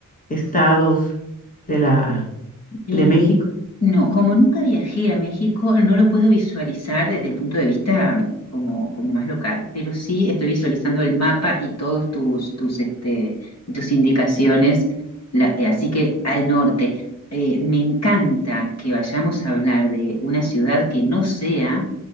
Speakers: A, on the left (about 25°); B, on the left (about 50°).
A: estados de la
B: Y
A: de México.
B: no, como nunca viajé a México, no lo puedo visualizar desde el punto de vista mm, como, como más local, pero sí estoy visualizando el mapa y todos tus, tus, este, tus indicaciones, la- eh, así que al norte. Eh, me encanta que vayamos a hablar de una ciudad que no sea